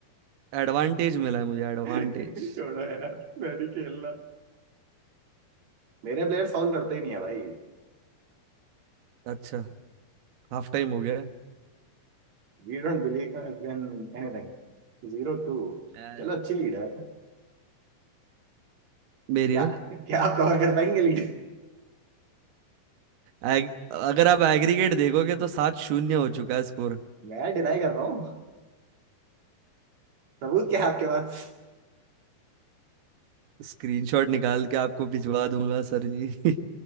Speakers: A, on the right; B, on the right.
A: एडवांटेज मिला है मुझे एडवांटेज
B: हैं <laughs> छोड़ो यार मैं नहीं खेलना मेरे प्लेयर सॉल्व करते ही नहीं है भाई
A: अच्छा हाफ टाइम हो गया है
B: We don't believe in anything Zero two
A: अ,
B: चलो अच्छी लीड है
A: मेरी
B: क्या
A: ना
B: क्या आप कवर कर पाएंगे लीड
A: एग, अगर आप एग्रीगेट देखोगे तो सात शून्य हो चुका है स्कोर
B: मैं डिनाई कर रहा हूँ सबूत क्या है आपके पास
A: स्क्रीनशॉट निकाल के आपको भिजवा दूंगा सर जी <laughs>